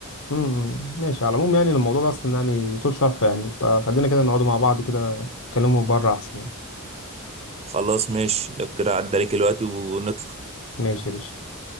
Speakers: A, on the left; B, on the right.
A: م- م- ماشي على العموم يعني الموضوع ده أصلا يعني طول شرحه يعني فخلينا كده نقعدوا مع بعض كده نتكلموا بره أحسن يعني.
B: خلاص ماشي لو كده عدى عليك الوقت ونطلع
A: ماشي يا باشا